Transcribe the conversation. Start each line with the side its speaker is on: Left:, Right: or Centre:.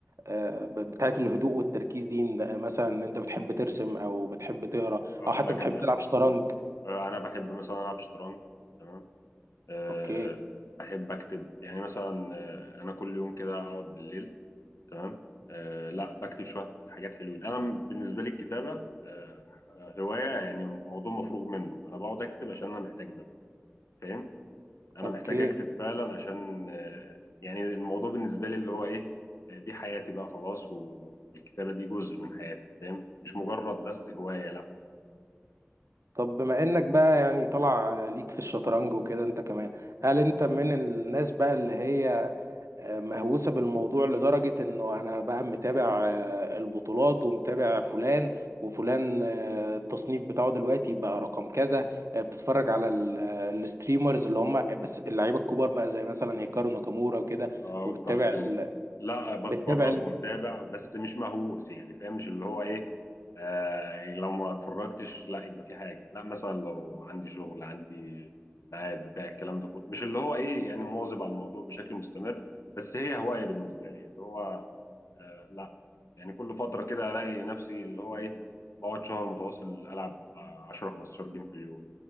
Right: آه ب- بتاعت الهدوء والتركيز دي ان- آه، مثلا ان انت بتحب ترسم او بتحب تقرا
Left: أقول
Right: او حتى
Left: لك
Right: بتحب
Left: أنا
Right: تلعب شطرنج
Left: آه أنا بحب مثلا ألعب شطرنج تمام آه
Right: اوكي
Left: بحب أكتب يعني مثلا آه أنا كل يوم كده أقعد بالليل تمام آه لا بكتب شويه حاجات حلوين انا م- بالنسبه لي الكتابه آه هوايه يعني موضوع مفروغ منه انا بقعد اكتب عشان انا محتاج ده فاهم انا
Right: اوكي
Left: محتاج اكتب فعلا عشان آه يعني الموضوع بالنسبه لي اللي هو ايه آه، دي حياتي بقى خلاص والكتابه دي جزء من حياتي فاهم مش مجرد بس هوايه
Right: طب بما انك بقى يعني طلع آه، ليك في الشطرنج وكده انت كمان هل انت من الناس بقى اللي هي مهووسة بالموضوع لدرجة انه انا بقى متابع آه، البطولات ومتابع فلان وفلان آه، التصنيف بتاعه دلوقتي بقى رقم كذا آه، بتتفرج على ال- آه، الستريمرز اللي هم بس اللعيبة الكبار بقى زي مثلا هيكارو ناكامورا وكده
Left: اه
Right: وبتتابع
Left: كارسن
Right: ال...
Left: لا بتفرج
Right: بتتابع ال...
Left: ومتابع بس مش مهووس يعني فاهم مش اللي هو ايه آه يعني لو ما اتفرجتش لا يبقى في حاجه لا مثلا لو عندي شغل عندي ميعاد بتاع الكلام ده كله مش اللي هو ايه يعني مواظب على الموضوع بشكل مستمر بس هي هوايه بالنسبه لي اللي هو آه لا يعني كل فتره كده الاقي نفسي اللي هو ايه بقعد شهر متواصل العب آه، 10 15 جيم في اليوم